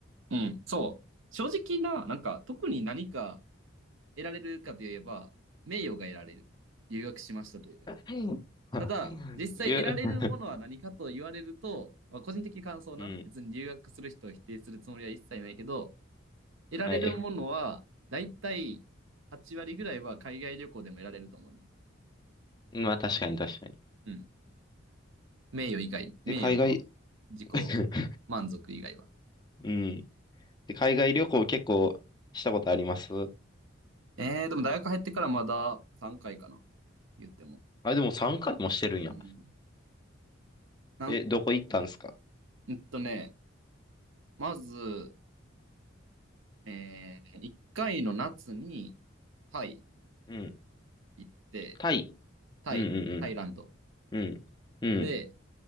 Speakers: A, on the right; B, on the left.
A: うん、そう。正直な、なんか、特に何か得られるかといえば、名誉が得られる。留学しましたという。
B: うん <laughs>
A: ただ、実際得られるものは何かと言われると、
B: りゅう
A: まあ個人的感想な。
B: <laughs>、うん、
A: 別に留学する人を否定するつもりは一切ないけど、得られるものは、
B: はい。
A: だいたい8割ぐらいは海外旅行でも得られると思うね。
B: まあ確かに確かに。
A: うん。名誉以外、名誉と
B: え、海外、
A: 自己
B: <laughs>
A: 満足以外は。
B: うん。え海外旅行結構したことあります
A: ええでも大学入ってからまだ3回かいかな。言っても。
B: あ、でも3回もしてるんや。
A: うん。なん、
B: え、どこ行ったんですか
A: うんとね、まず、ええ1回の夏にタイ
B: うん。
A: 行って、
B: タイ。
A: タイ、
B: うんう
A: タイランド。
B: んうん。うん。うん。
A: で、